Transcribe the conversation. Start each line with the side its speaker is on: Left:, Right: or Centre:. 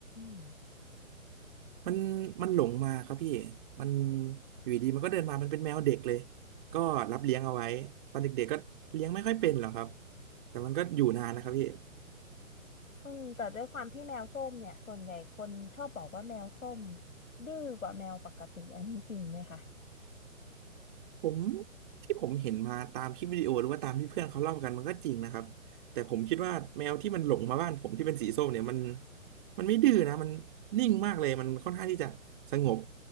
Left: ม
Right: มันมันหลงมาครับพี่มันอยู่ดีๆมันก็เดินมามันเป็นแมวเด็กเลย ก็รับเลี้ยงเอาไว้ตอนเด็กๆก็เลี้ยงไม่ค่อยเป็นหรอกครับแต่มันก็อยู่นานนะครับพี่
Left: อืมแต่ด้วยความที่แมวส้มเนี่ยส่วนใหญ่คนชอบบอกว่าแมวส้มดื้อกว่าแมวปกติอันนี้จริงไหมคะ
Right: ผมที่ผมเห็นมาตามคลิปวิดีโอหรือว่าตามที่เพื่อนเขาเล่ากันมันก็จริงนะครับแต่ผมคิดว่าแมวที่มันหลงมาบ้านผมที่เป็นสีส้มเนี่ยมันมันไม่ดื้อนะมันนิ่งมากเลยมันค่อนข้างที่จะสงบ